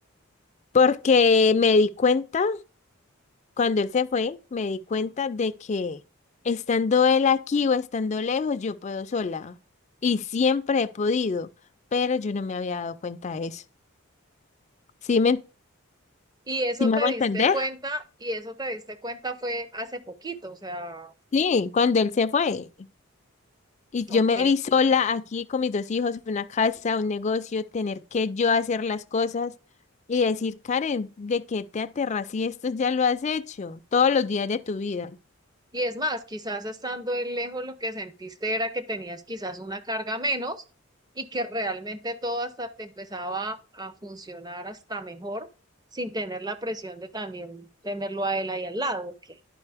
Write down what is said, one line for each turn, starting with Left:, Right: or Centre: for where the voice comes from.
Left: Porque me di cuenta, cuando él se fue, me di cuenta de que estando él aquí o estando lejos, yo puedo sola. Y siempre he podido, pero yo no me había dado cuenta de eso. ¿Sí me,
Right: Y eso
Left: sí me
Right: te
Left: hago
Right: diste
Left: entender?
Right: cuenta, y eso te diste cuenta fue hace poquito, o sea,
Left: Sí, cuando él se fue. Y
Right: ok.
Left: yo me vi sola aquí con mis dos hijos, una casa, un negocio, tener que yo hacer las cosas y decir, Karen, ¿de qué te aterras si esto ya lo has hecho todos los días de tu vida?
Right: Y es más, quizás estando él lejos lo que sentiste era que tenías quizás una carga menos y que realmente todo hasta te empezaba a funcionar hasta mejor sin tener la presión de también tenerlo a él ahí al lado. ¿ok?